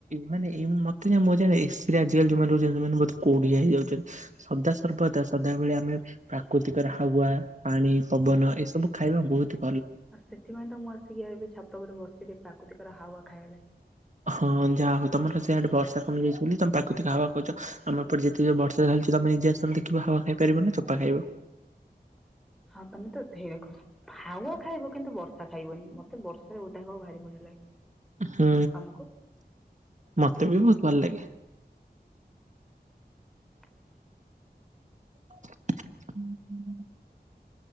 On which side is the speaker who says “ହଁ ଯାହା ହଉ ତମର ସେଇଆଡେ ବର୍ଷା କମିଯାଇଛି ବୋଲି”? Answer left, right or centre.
Right